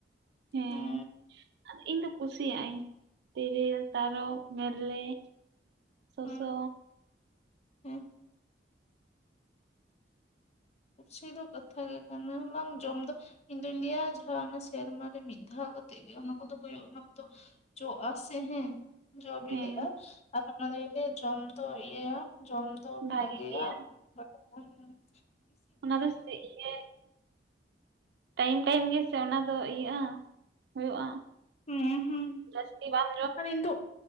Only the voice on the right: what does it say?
ᱦᱮᱸ
ᱟᱨ ᱤᱧ ᱫᱚᱧ ᱠᱩᱥᱤᱭᱟᱭᱟᱹᱧ ᱛᱮᱨᱮᱞ, ᱛᱟᱨᱚᱵ, ᱢᱮᱞᱮᱜ, ᱥᱚᱥᱚ,
ᱦᱮᱸ
ᱵᱷᱟᱜᱮ
ᱜᱮᱭᱟ
ᱚᱱᱟ ᱫᱚ ᱤᱭᱟᱹ ᱴᱟᱭᱤᱢ ᱴᱟᱭᱤᱢ ᱜᱮ ᱚᱱᱟ ᱫᱚ ᱤᱭᱟᱹᱜ-ᱟ ᱦᱩᱭᱩᱜ-ᱟ
ᱡᱟᱹᱥᱛᱤ ᱵᱟᱝ